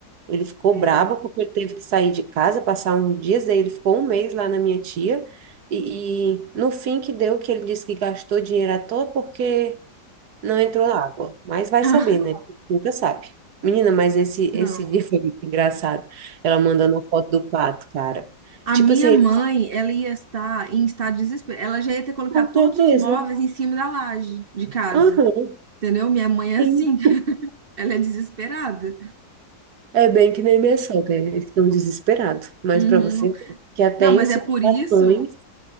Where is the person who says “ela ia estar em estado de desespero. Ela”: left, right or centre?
Right